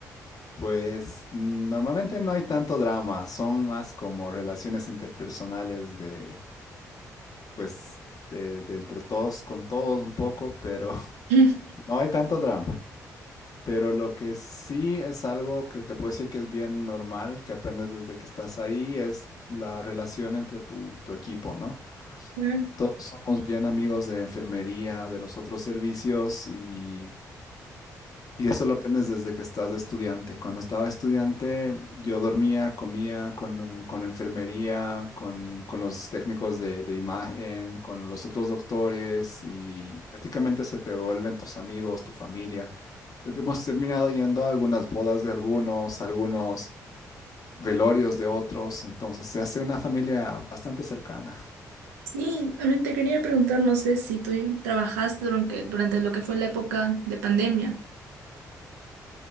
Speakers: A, on the left; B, on the right.
A: Pues mm, normalmente no hay tanto drama, son más como relaciones interpersonales de, pues, de, de entre todos con todos un poco, pero <laughs>
B: <laughs>
A: no hay tanto drama. Pero lo que sí es algo que te puedo decir que es bien normal, que aprendes desde que estás ahí, es la relación entre tu, tu equipo, ¿no?
B: Claro.
A: Todos somos bien amigos de enfermería, de los otros servicios y Y eso lo aprendes desde que estás de estudiante. Cuando estaba estudiante, yo dormía, comía con, con enfermería, con, con los técnicos de, de imagen, con los otros doctores y prácticamente se te vuelven tus amigos, tu familia. Hemos terminado yendo a algunas bodas de algunos, algunos velorios de otros, entonces se hace una familia bastante cercana.
B: Sí, también te quería preguntar, no sé si tú trabajaste durante, durante lo que fue la época de pandemia.